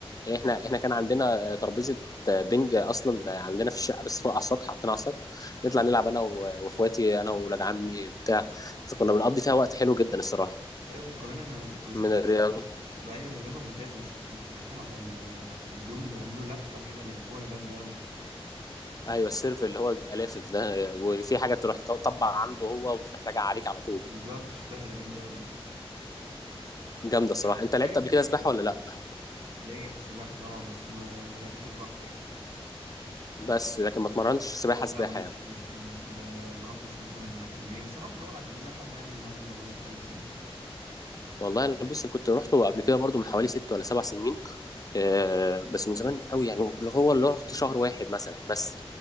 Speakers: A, on the left; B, on the right.
A: احنا احنا كان عندنا ترابيزه بنج اصلا عندنا في الشقه بس فوق على السطح حاطينها على السطح نطلع نلعب انا و- واخواتي انا واولاد عمي بتاع فكنا بنقضي فيها وقت حلو جدا الصراحه
B: ايوه وكمان انا كنت بشوف
A: من
B: حد
A: الرياضه
B: ايوه هي رياضه ممتازه بس كنت بشوفهم على ال... في التلفزيون بيعملوا لفه كده للكوره جامده قوي
A: ايوه السيرف اللي هو بيبقى لافف ده وفي حاجه تروح تطبع عنده هو وتروح راجع عليك على طول
B: بالظبط شفتها دي جامده قوي دي
A: جامده
B: بس مش
A: الصراحه انت
B: مش
A: لعبت
B: اي حد
A: قبل كده
B: يعملها
A: سباحه
B: بصراحه
A: ولا لا
B: ليا في السباحه طبعا بس ما اخر البحر يعني
A: بس لكن ما اتمرنتش سباحه
B: لا لا
A: سباحه
B: مش
A: يعني
B: مش مش ما, ما رحتش مثلا اكاديميه بس انا كنت بدور على اكاديميه وحد قال لي ان هو الموضوع ده كويس يعني
A: والله انا بص كنت رحته قبل كده برضو من حوالي ست ولا سبع سنين آه، بس من زمان قوي يعني اللي هو اللي رحت شهر واحد مثلا بس